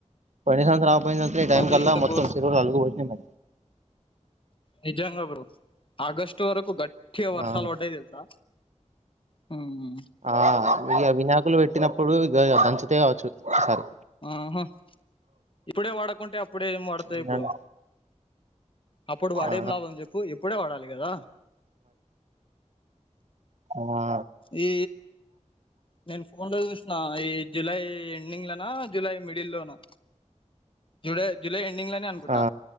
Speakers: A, on the right (about 70°); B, on the left (about 45°).
A: పోయిని సంవత్సరం ఆపోయిన్దంటే ఈ టైమ్
B: మరి
A: కల్ల
B: ఇంత
A: మొత్తం,
B: ఘోరం
A: చెరువులు అలుగుబట్టినయ్.
B: నిజమ్గా బ్రో ఆగస్ట్ వరకు గట్టిగ వర్షాలు
A: ఆ
B: వడ్డాయి తెల్సా. హు ఆ ఆ
A: ఆ ఇగ వినాకులు పెట్టినప్పుడు ఇగ దంచుతాయ్ గావచ్చు <unintelligible> సారి
B: ఆ హా ఇప్పుడే వాడకుంటే అప్పుడేమ్ వడతాయి
A: వినాయక
B: బ్రో అప్పుడు వాడేం
A: ఆ
B: లాభం జెప్పు ఇప్పుడే వడాలి గదా
A: కో ఆ
B: ఈ నేన్ ఫోన్ల్ల చూస్న ఈ జూలై ఎండింగ్లనా జూలై మిడిల్ల్లోనా జూలై జూలై ఎండింగ్లనే అనుకుట్టా
A: ఆ